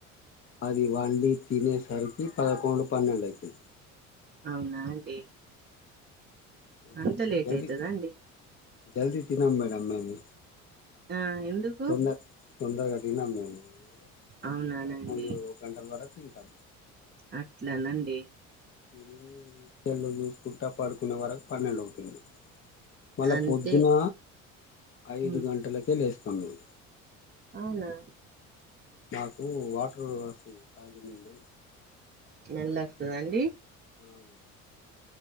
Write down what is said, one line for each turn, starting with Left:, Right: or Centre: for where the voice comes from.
Left: అది వండి తినేసరికి పదకొండు పన్నెండు అవుతది
Right: అవునా అండి
Left: జదీ
Right: అంత లేట్ అయితదా అండి
Left: జల్దీ తినం మేడం మేము
Right: ఆ ఎందుకు
Left: తొంద తొందర తినం మేం పది
Right: అవునానండి
Left: పదకొండు గంటల వరకు తింటాం
Right: అట్లానండి
Left: ఇ సెల్లు చూసుకుంటా పడుకునే వరకు పన్నెడు అవుతుంది మళ్ళా
Right: అంతే
Left: పొద్దున ఐదు
Right: ఉమ్
Left: గంటలకే లేస్తాం మేము
Right: అవునా
Left: నాకు వాటర్ వస్తుంది తాగే నీళ్లు
Right: నల్ల వస్తుదండి
Left: అవును